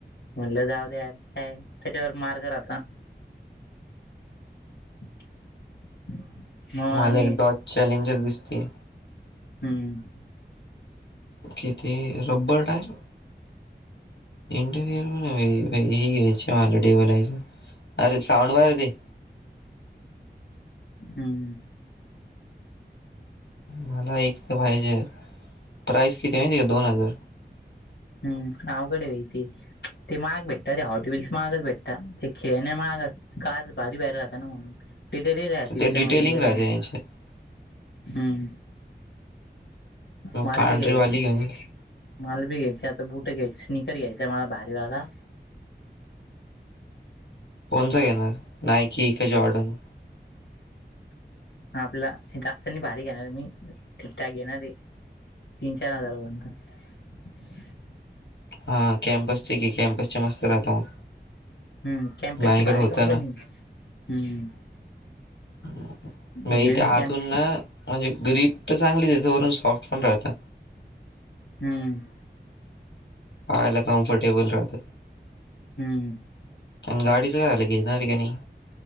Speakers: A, on the left; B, on the left.
A: म्हटलं जाऊ द्याल काय त्याच्यावर मारग राहता. <inaudible> मग आणि
B: मला एक डॉच चॅलेंजर दिसते.
A: हम्म.
B: किती रब्बर टायर इंटिरियर पण, ह घ्यायच्या हॉलिडे बलायच अरे साऊंड वर ते.
A: हम्म.
B: मला एक तर पाहिजे प्राईस किती माहिती आहे दोन हजार.
A: हम्म गावकडे वहि ती. ते महाग भेटत रे हॉट वल्स महागच भेटत ते खेळणे महाग अस कार भारी बाहेर राह ना म्हणून टिटर राह त्याच्यामध्ये.
B: ते डिटेलिंग राहते त्यांचे
A: हम्म. मला
B: पांढरीवाली
A: बी घ्यायची.
B: घेऊन
A: मला बी घ्यायची, आता बुटं घ्यायची स्निकर घ्यायचा मला भारीवाला.
B: कोणचा घेणार नायकी का जॉर्डन?
A: आपला जास्त नाही भारी घेणार मी ठीकठाक घेणारये. तीन चार हजारापर्यंत.
B: हा कॅम्पसचे घे कॅम्पसचे मस्त राहतो मग.
A: हम्म कॅम्पसची
B: माझ्याकडे
A: भारी
B: होता
A: कंपनी
B: ना
A: हम्म.
B: <unintelligible>
A: घेईल
B: ते
A: मी
B: आतून
A: कॅम्प
B: म्हणजे ग्रीप त चांगली देते वरून सॉफ्ट पण राहतं.
A: हम्म.
B: <unintelligible> कंफर्टेबल राहते,
A: हम्म
B: पण गाडीचं काय झालं घेणारे काय नाही?